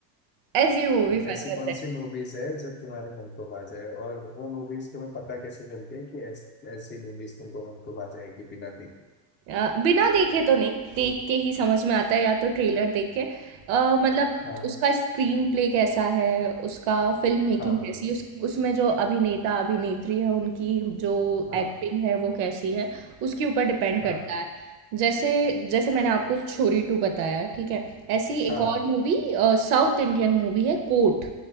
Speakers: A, on the right (about 70°); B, on the left (about 25°).
A: ऐसी मूवी
B: तो
A: पसंद
B: ऐसी कौन
A: है।
B: सी मूवीज है जो तुम्हारे मन को भा जाए और वो मूवीज तुम्हें पता कैसे चलती है कि ऐस, ऐसी मूवीज तुमको मन को भा जाएगी बिना देखे
A: अ, बिना देखे तो नहीं देख के ही समझ में आता है या तो ट्रेलर देख के अ, मतलब
B: हाँ
A: उसका स्क्रीन प्ले कैसा है उसका फिल्म मेकिंग
B: हाँ
A: कैसी
B: हाँ
A: है उस, उसमें जो अभिनेता अभिनेत्री है उनकी जो
B: हाँ
A: एक्टिंग है वो कैसी है उसके ऊपर डिपेंड करता
B: हाँ
A: है जैसे जैसे मैंने आपको छोरी टू बताया ठीक है ऐसी एक
B: हाँ
A: और
B: हाँ
A: मूवी साउथ इंडियन मूवी है कोट